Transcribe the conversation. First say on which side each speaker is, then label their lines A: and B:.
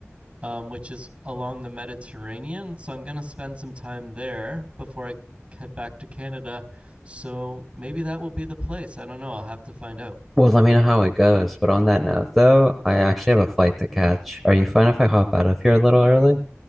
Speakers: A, on the right (about 25°); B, in the centre.
A: um, which is along the Mediterranean. So I'm gonna spend some time there before I head back to Canada. So maybe that will be the place. I don't know. I'll have to find out.
B: well, let me know how it goes. But on that note, though, I actually have a flight to catch. Are you fine if I hop out of here a little early?